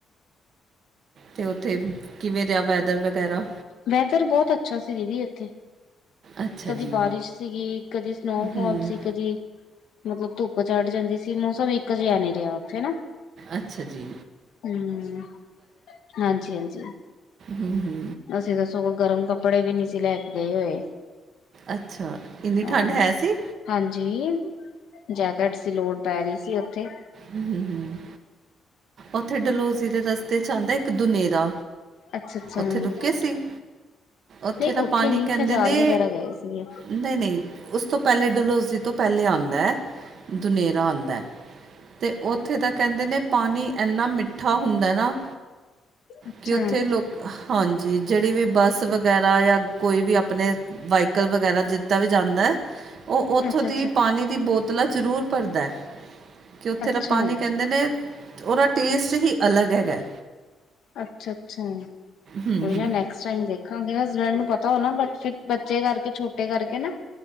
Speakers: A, on the right; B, on the left.
A: ਤੇ ਉਥੇ ਕਿਵੇ ਰੇਆ ਵੈਦਰ ਵਗੈਰਾ
B: ਵੈਦਰ ਬੋਹਤ ਅੱਛਾ ਸੀ ਦੀਦੀ ਏਥੇ
A: ਅੱਛਾ
B: ਕਦੀ
A: ਜੀ,
B: ਬਾਰਿਸ਼ ਸੀਗੀ, ਕਦੀ ਸਨੋਫੋਲ
A: ਹੂੰ,
B: ਸੀ ਕਦੀ ਮਤਲਬ ਧੁੱਪ ਚੜ ਜਾਂਦੀ ਸੀ, ਮੋਸਮ ਇਕ ਜੇਹਾ ਨਹੀ ਰਿਹਾ ਉਥੇ ਨਾ
A: ਅੱਛਾ ਜੀ,
B: ਹੂੰ, ਹਾਂਜੀ- ਹਾਂਜੀ
A: ਹੂ ਹੂ
B: ਅਸੀ ਦੱਸੋ ਕੋਈ ਗਰਮ ਕੱਪੜੇ ਵੀ ਨੀ ਸੀ ਲੈ ਕੇ ਗਏ ਹੋਏ
A: ਅੱਛਾ, ਇਨੀ
B: ਹਾਂ।
A: ਠੰਡ ਹੈਸੀ?
B: ਹਾਂਜੀ, ਜੈਕਟਸ ਦੀ ਲੋੜ ਪੈ ਰਈ ਸੀ ਉਥੇ
A: ਹੂ ਹੂ, ਉਥੇ ਡਲੋਜ਼ੀ ਦੇ ਰਸਤੇ ਚ ਆਂਦੇ ਇਕ ਦੁਨੇਲ ਦਾ,
B: ਅੱਛਾ ਅੱਛਾ
A: ਉਥੇ
B: ਨਹੀਂ
A: ਰੁਕੇੇ ਸੀ? ਉਥੇ ਦਾ
B: ਉੱਥੇ
A: ਪਾਨੀ
B: ਨੀ
A: ਕਹਿਦੇ
B: ਖਜਾਰ
A: ਨੇ
B: ਵਗੈਰਾ ਗਏ ਸੀਗੇ
A: ਨਹੀ-ਨਹੀ ਉਸ ਤੋ ਪਹਿਲੇ ਡੁਲੌਜ਼ੀ ਤੋ ਪਹਿਲੇ ਆਂਦੇ ਦੁਨੇਰਾ ਆਦੇ ਤੇ ਉਥੇ ਤਾਂ ਕਹਿਦੇ ਨੇ ਪਾਨੀ ਏਨਾ ਮਿਠਾ ਹੁੰਦਾ ਨਾ
B: ਅੱਛਾ
A: ਕਿ ਉਥੇ ਲੋਕ ਹਾਂਜੀ, ਜੇੜੀ ਵੀ ਬੱਸ- ਤ ਵਗੈਰਾ ਜਾਂ ਕੋਈ ਵੀ ਆਪਨੇ ਵਾਈਕਲ ਵਗੈਰਾ ਜਿਦਾ ਵੀ ਜਾਂਦਾ ਏ। ਓ, ਉਥੋ
B: ਅੱਛਾ
A: ਦੀ
B: ਅੱਛਾ
A: ਪਾਨੀ ਦੀ ਬੋਤਲਾ ਜਰੂਰ ਭਰਦਾ। ਕਿ ਉਥੇ
B: ਅੱਛਾ
A: ਦਾ ਪਾਨੀ ਕਹਿਦੇ ਨੇ, ਉਦਾ ਟੇਸਟ ਹੀ ਅਲਗ ਹੈਗਾ।
B: ਅਛਾ, ਅਛਾ
A: ਹੂੰ
B: ਕੋਈ
A: ਹੂੰ
B: ਨਾ ਨੈ- ਨੈਕਸ ਟਾਈਮ ਦੇਖਾਗੇ, ਹਸਬੈਂਡ ਨੂੰ ਪਤਾ ਹੋ ਨਾ, ਬਟ ਫਿਰ ਬੱਚੇ ਕਰਕੇ ਛੋਟੇ ਕਰਕੇ ਨਾ-